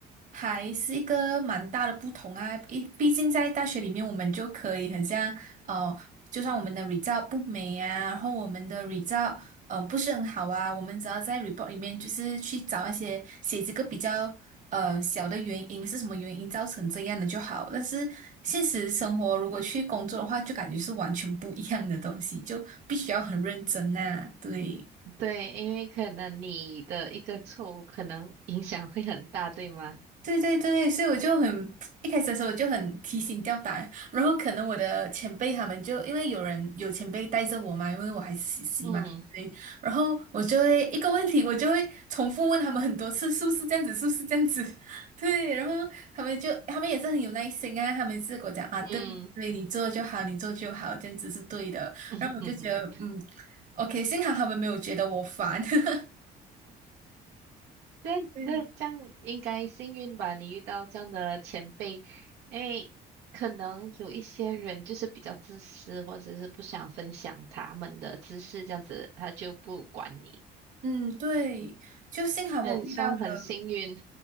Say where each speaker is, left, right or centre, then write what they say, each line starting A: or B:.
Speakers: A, on the right; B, on the right.
A: 还是一个蛮大的不同啊。毕毕竟在大学里面，我们就可以很像哦，就算我们的 result 不美啊，然后我们的 result 呃不是很好啊，我们只要在 report 里面就是去找那些写这个比较呃小的原因是什么原因造成这样的就好。但是现实生活如果去工作的话，就感觉是完全不一样的东西，就必须要很认真呐、对。
B: 对，因为可能你的一个错误可能影响会很大，对吗？
A: 对对对，所以我就很 <tsk> 一开始的时候我就很提心吊胆，然后可能我的前辈他们就因为有人有前辈带着我嘛，因为我还是实习嘛，
B: 嗯
A: 对不对？然后我就会一个问题，我就会重复问他们很多次，是不是这样子，是不是这样子？<laughs> 对，然后他们就他们也是很有耐心啊，他们是跟我讲啊，对对，
B: 嗯，
A: 你做就好，你做就好，这样子是对的。
B: <laughs>
A: 然后我就觉得嗯，OK，幸好他们没有觉得我烦。<laughs>
B: 那那这样应该幸运吧？
A: 对，
B: 你遇到这样的前辈，因为可能有一些人就是比较自私，或者是不想分享他们的知识，这样子他就不管你。
A: 嗯，对，就幸好我遇到了。
B: 那你算很幸运，